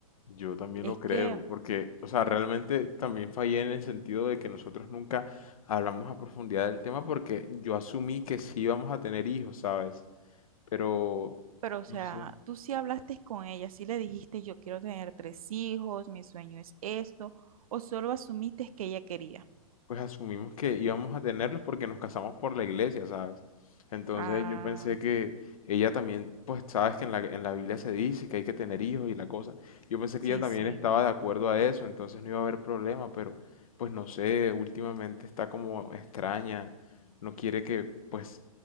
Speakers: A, on the left (about 70°); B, on the right (about 75°).
A: Yo también
B: Es
A: lo creo,
B: que,
A: porque, o sea, realmente también fallé en el sentido de que nosotros nunca hablamos a profundidad del tema porque yo asumí que sí íbamos a tener hijos, ¿sabes? Pero,
B: pero o sea,
A: no sé.
B: tú sí hablaste con ella, sí le dijiste yo quiero tener tres hijos, mi sueño es esto, o solo asumiste que ella quería.
A: Pues asumimos que íbamos a tenerlos porque nos casamos por la iglesia, ¿sabes? Entonces
B: Ah,
A: yo pensé que ella también, pues sabes que en la, en la Biblia se dice que hay que tener hijos y la cosa. Yo pensé que
B: sí,
A: ella también
B: sí.
A: estaba de acuerdo a eso, entonces no iba a haber problema, pero pues no sé, últimamente está como extraña, no quiere que pues